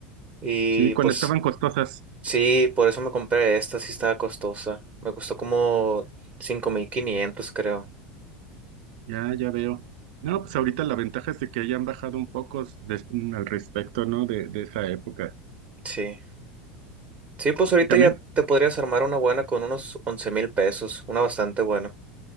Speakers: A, on the right; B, on the right.
A: Y
B: Sí, cuando
A: pues
B: estaban costosas.
A: Sí, por eso me compré esta, sí estaba costosa. Me costó como 5.500, creo.
B: Ya, ya veo. No, pues ahorita la ventaja es de que hayan bajado un poco des- al respecto, ¿no? De, de esa época.
A: Sí. Sí, pues ahorita
B: Y también,
A: ya te podrías armar una buena con unos once mil pesos, una bastante buena.